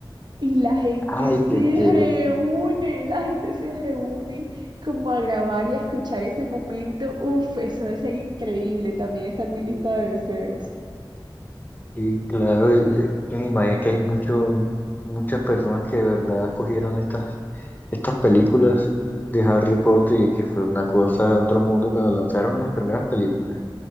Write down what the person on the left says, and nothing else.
ay,
que, que,
y claro, y- es que me imagino que hay mucho, muchas personas que de verdad cogieron estas, estas películas de Harry Potter y que fue una cosa de otro mundo cuando lanzaron las primeras películas.